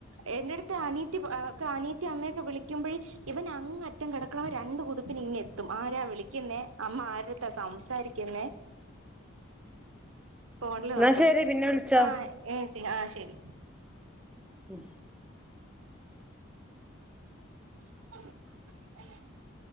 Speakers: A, on the right; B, in the centre.
A: എൻ്റെടുത്ത് അനിയത്തി പ ആഹ് അനിയത്തി അമ്മയൊക്കെ വിളിക്കുമ്പഴ് ഇവനങ്ങറ്റം കെടക്കണവൻ രണ്ട് കുതിപ്പിനിങ്ങെത്തും ആരാ വിളി ക്ക്ന്നെ അമ്മ ആരുടെട്ത്താ സംസാരിക്ക്ന്നെ. ഫോണില്
B: എന്നാ
A: നോക്കാൻ
B: ശരി പിന്നെ വിളിച്ചോ
A: ആഹ് ഏഹ് ചേച്ചി ആഹ് ശെരി.
B: ഉം
A: <unintelligible>